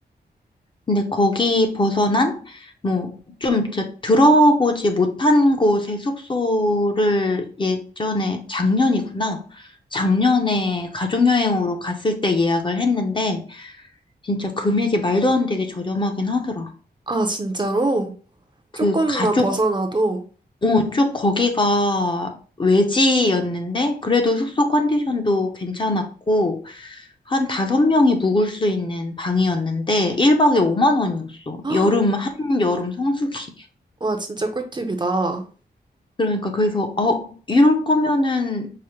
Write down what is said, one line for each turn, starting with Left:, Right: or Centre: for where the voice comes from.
Left: 근데 거기 벗어난 뭐 좀 들어보지 못한 곳의 숙소를 예전에 작년이구나. 작년에 가족여행으로 갔을 때 예약을 했는데 진짜 금액이 말도 안 되게 저렴하긴 하더라.
Right: 아, 진짜로?
Left: 그
Right: 조금만
Left: 가족
Right: 벗어나도,
Left: 어, 쭉 거기가 외지였는데 그래도 숙소 컨디션도 괜찮았고 한 다섯 명이 묵을 수 있는 방이었는데 1박에 5만 원이었어.
Right: <gasps> 헉,
Left: 여름 한 여름 성수기.
Right: 와, 진짜 꿀팁이다.
Left: 그러니까 그래서 어 이럴 거면은